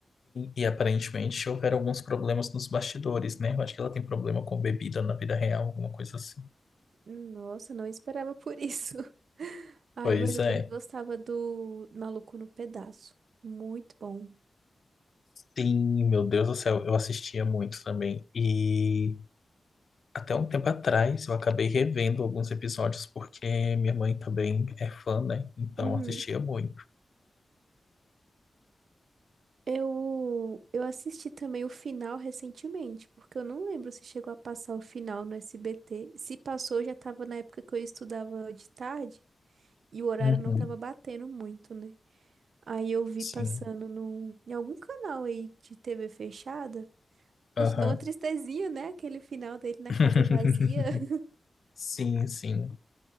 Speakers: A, on the left; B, on the right.
A: e aparentemente houveram alguns problemas nos bastidores, né? Eu acho que ela tem problema com bebida na vida real, alguma coisa assim.
B: Nossa, não esperava por isso. <laughs> Ai,
A: Pois
B: mas eu
A: é.
B: também gostava do Maluco no Pedaço. Muito bom.
A: Sim, meu Deus do céu, eu assistia muito também. E até um tempo atrás eu acabei revendo alguns episódios porque minha mãe também é fã, né? Então
B: Uhum.
A: assistia muito.
B: Eu, eu assisti também o final recentemente, porque eu não lembro se chegou a passar o final no SBT. Se passou, já tava na época que eu estudava de tarde e o horário
A: Uhum,
B: não tava batendo muito, né? Aí eu vi
A: sim.
B: passando no, em algum canal aí de TV fechada.
A: Aham.
B: A gente dá uma tristezinha, né? Aquele final dele na
A: <laughs>
B: casa vazia. <laughs>
A: Sim, sim.